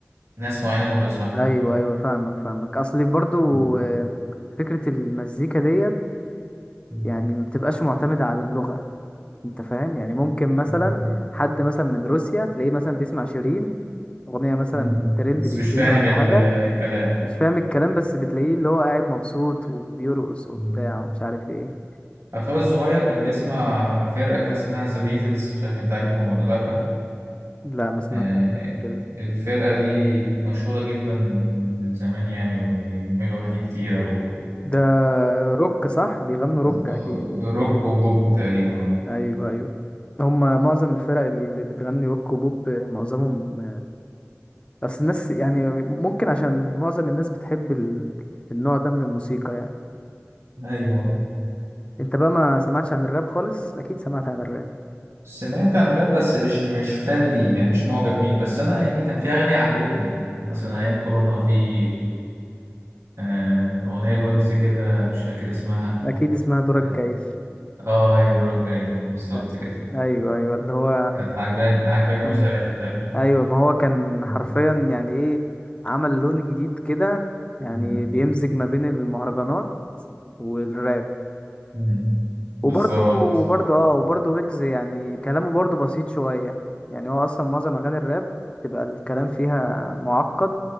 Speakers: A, on the right; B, on the left.
A: ناس معينة كنت بسمعها
B: ايوه ايوه فاهمك فاهمك اصلي برضو
A: مم.
B: آه، فكرة المزيكا ديت
A: مم.
B: يعني ما بتبقاش معتمدة على اللغة انت فاهم يعني ممكن مثلا
A: مم.
B: حد مثلا من روسيا تلاقيه مثلا بيسمع شيرين اغنية مثلا
A: مم.
B: ترند
A: بس
B: لشيرين
A: مش فاهم
B: ولا
A: ال-
B: حاجة
A: آه، الكلام
B: مش فاهم الكلام بس بتلاقيه اللي هو قاعد مبسوط وبيرقص وبتاع
A: مم.
B: ومش عارف ايه
A: أخويا الصغير كان بيسمع فرقة كده اسمها ذا بيتلز مش عارف أنت عارفهم ولا لأ
B: لا ما سمعتش
A: آه،
B: عنها قبل كده
A: الفرقة دي مشهورة جدا من زمان يعني وبيعملوا أغاني كتيرة و...
B: ده روك صح بيغنوا روك
A: آه،
B: اكيد
A: روك وبوب تقريبا اه
B: ايوه ايوه هما معظم الفرق اللي بتغني روك وبوب معظمهم بس الناس يعني ممكن عشان معظم الناس بتحب ال... النوع ده من الموسيقى يعني
A: ايوه
B: انت بقى ما سمعتش عن الراب خالص اكيد سمعت عن الراب
A: سمعت عن راب بس مش مش فان لي يعني مش معجب بيه بس انا يعني كان في اغاني عجبتني مثلا ايام كورونا في آه، اغنيه الويجز كده مش فاكر اسمها
B: اكيد اسمها دورك
A: كان-
B: جاي
A: اه هي دورك جاي بالظبط
B: أ-
A: كده
B: ايوه ايوه اللي هو
A: كانت عجباني عجباني قوي
B: كان-
A: ساعتها فاهم
B: ايوه ما هو كان
A: مم.
B: حرفيا يعني ايه عمل لون جديد كده يعني
A: مم.
B: بيمزج ما بين المهرجانات والراب
A: مم. بالظبط
B: وبرضه وبرضه اه وبرضه ويجز يعني كلامه برضه بسيط شوية يعني هو أصلا معظم أغاني الراب تبقى الكلام فيها معقد